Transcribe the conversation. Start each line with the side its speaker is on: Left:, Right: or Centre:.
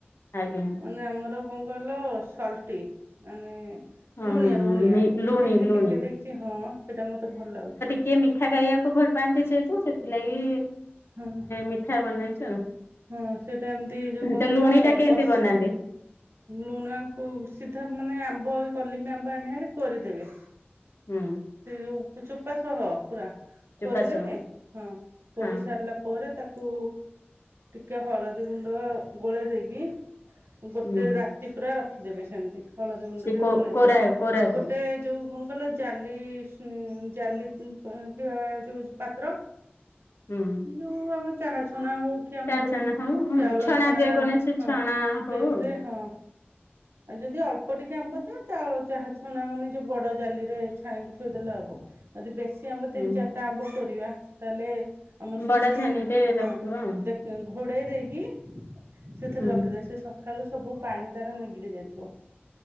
Left: ଆଜ୍ଞା
Right: ମାନେ ଆମର କଣ କହିଲ ସଲ୍ଟି ମାନେ
Left: ହଁ
Right: ଲୁଣିଆ ଲୁଣିଆ
Left: ଲୁଣି
Right: ଚିନି
Left: ଲୁଣି
Right: ଟିକେ ଦେଇଛି ହଁ ସେଇଟା ମତେ ଭଲ ଲାଗୁଛି।
Left: କିଏ ମିଠା ଖାଇବାକୁ ଭଲ ପାଆନ୍ତି ଯେହେତୁ ସେଥିଲାଗି
Right: ହଁ
Left: ମିଠା ବନେଏ।
Right: ହଁ ସେଇଟା ଏମିତି ଯୋଉ କଣ
Left: ତ
Right: କଲ
Left: ଲୁଣି ଟା କେମିତି
Right: ବସି
Left: ବନାନ୍ତି?
Right: ଲୁଣକୁ ସିଧା ମାନେ ଆମ୍ବ କଲିମି ଆମ୍ବ ଆଣିବାରେ କରିଦେବେ।
Left: ହୁଁ
Right: ସେ ଯେଉଁ ଚୋପା ସହ ପୁରା
Left: ଚୋପା
Right: କରିଦେବେ
Left: ସହ
Right: ହଁ କରିସାରିଲା
Left: ହଁ
Right: ପରେ ତାକୁ ଟିକଏ ହଳଦୀ ଗୁଣ୍ଡ ଗୋଳେଇ ଦେଇକି ଗୋଟେ
Left: ହୁଁ
Right: ରାତି ପୁରା ରଖିଦେବେ ସେମିତି ହଳଦୀ ଗୁଣ୍ଡ
Left: ସେ
Right: ଟିକେ
Left: କୋ
Right: ଗୋଳେଇ
Left: କୋରା
Right: ଦେଇକି
Left: କୋରାକୁ
Right: ଗୋଟେ ଯୋଉଣଙ୍କର ଜା <unintelligible> ଜାଲି ଥିବା ଯୋଉ ପାତ୍ର।
Left: ହୁଁ
Right: ଯୋଉ ଆମର ଚାହା ଛଣା ହଉ କି ଆମର
Left: ଚା
Right: ଯେଉ
Left: ଛଣା ହଉ ହୁଁ
Right: ଚାଉଳ ଛଣା
Left: ଯେକୌଣସି
Right: ହଁ
Left: ଛଣା ହଉ
Right: ସେଇଥିରେ ହଁ ଆଉ ଯଦି ଅଳ୍ପ ଟିକେ ଆମ୍ବ ତ ଚାହା ଛଣା ନା ମାନେ ଯୋଉ ବଡ ଜାଲି ରେ ଛାଣିକି ଥୋଇଦେଲେ ହବ। ଯଦି ବେଶୀ ଆମ୍ବ ତିନି
Left: ହୁଁ
Right: ଚାରିଟା ଆମ୍ବ କରିବା ତାହେଲେ ଆମର ସେ
Left: ବଡ
Right: ଷ୍ଟିଲ
Left: ଛାନିରେ ରଖିବ
Right: ହଁ
Left: ଆଉ
Right: ଦେଖ ଘୋଡ଼ାଇ ଦେଇକି ସେଥିରେ
Left: ହୁଁ
Right: ରଖିଦଏ ସେ ସକାଳୁ ସବୁ ପାଣି ଦାର ନେଇି କି ଯାଇଥଉ।